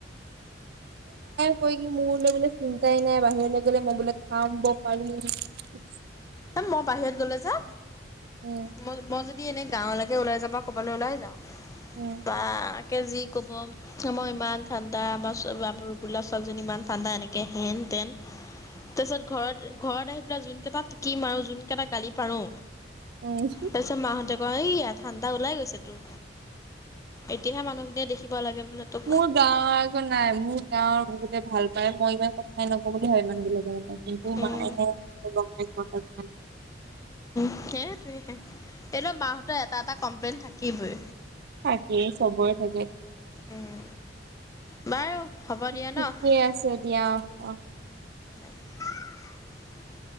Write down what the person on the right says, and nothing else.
কৈ কি মোৰলৈ বোলে চিন্তাই নাই বাহিৰলৈ গ'লে মই বোলে খাম পাৰিম <unintelligible>
উম
উম
উম
মোৰ গাঁৱৰ এজন নাই মোৰ গাঁৱৰ বহুত ভাল পায় মই ইমান কথাই নক'ম বুলি ভাবে মানুহ বিলাকে মানে <unintelligible> কিন্তু
মায়ে মোক কব। এক <inaudible>
থাকেই চবৰে থাকে
ঠিকেই
আছে দিয়া অ।